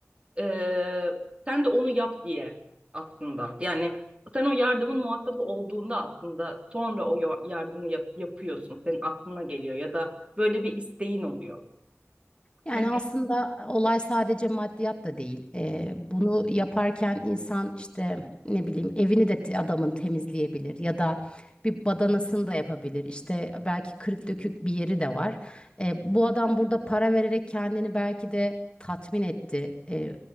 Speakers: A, on the right; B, on the left.
A: e, sen de onu yap diye aslında. Yani sen o yardımın muhatabı olduğunda aslında sonra o yo- yardımı yap- yapıyorsun. Senin aklına geliyor ya da böyle bir isteğin oluyor.
B: Yani
A: Hani
B: aslında e, olay sadece maddiyat da değil. Ee, bunu yaparken insan işte ne bileyim evini de te- adamın temizleyebilir ya da bir badanasını da yapabilir. İşte belki kırık dökük bir yeri de var. Ee, bu adam burada para vererek kendini belki de tatmin etti ee,